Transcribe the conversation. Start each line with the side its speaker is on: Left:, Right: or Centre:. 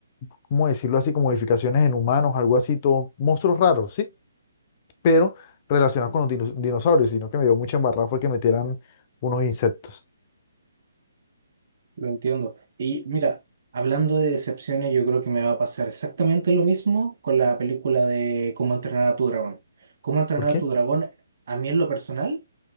Left: ¿cómo decirlo así? Como modificaciones en humanos, algo así, todo, monstruos raros, ¿sí? Pero relacionados con los dinos- dinosaurios, sino que me dio mucha embarrada fue que metieran unos insectos.
Right: lo entiendo. Y mira, hablando de decepciones, yo creo que me va a pasar exactamente lo mismo con la película de Cómo entrenar a tu dragón. Cómo entrenar
Left: ¿Por qué?
Right: a tu dragón, a mí en lo personal.